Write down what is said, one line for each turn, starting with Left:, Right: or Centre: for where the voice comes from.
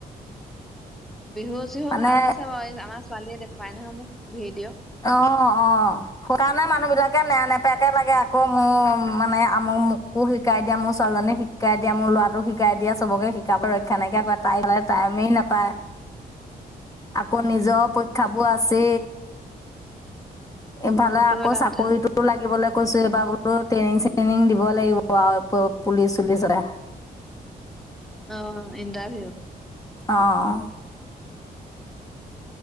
Centre: বিহু চিহু
Left: মানে
Centre: ভাল নাছে বাৰু এই আমাৰ। ছোৱালীয়ে দেখুৱাই নহ মোক। ভিডিঅ'।
Left: অহ - অহ সুকাৰণে মানুহ বিলাকে নেৰা নেপেয়াকে লাগে। আকৌ মোৰ মানে আমু মোকো শিকাই দিয়া মোৰ ছোৱালীজনীক শিকাই দিয়া মোৰ লৰাটোক শিকাই দিয়া চবকে শিকাব ৰক্ষা নাইকিয়া কৰে তাই ললে টাইমেই নাপায়। আকৌ
Centre: উম,
Left: নিজৰ অহ ', পক্ষাবোৰ আছে। আছে। ইফালে
Centre: সেইটো
Left: আকৌ
Centre: এটা
Left: চাকৰিতটো
Centre: কথা
Left: লাগিবলৈ। কৈছো এইবাৰ বো ট্ৰেইনিং চেইনিং দিব লাগিব আৰু পুলিচ চুলিচৰে।
Centre: আহ', ইণ্টাৰভিউ
Left: অহ ',